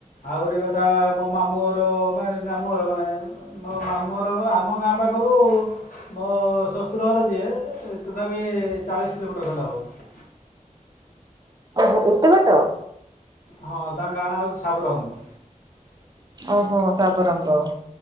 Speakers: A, on the left; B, on the right.
A: ଆହୁରି କଥା ମୋ ମାମୁଁଘର ମାନେ ମାମୁଁର ମାନେ ନ ମାମୁଁ ଘର ଆମ ଗାଁ ପାଖରୁ ମୋ ଶଶୁର ଘର ଯିଏ ତଥାପି ଚାଳିଶ କିଲୋମିଟର ଖଣ୍ଡେ ହବ।
B: ଓହୋ ଏତେ ବାଟ!
A: ହଁ ତାଙ୍କ ଗାଁ ନା ହେଉଛି ସାବ ରଙ୍ଗ।
B: ଓହୋ ଶାବରଙ୍ଗ।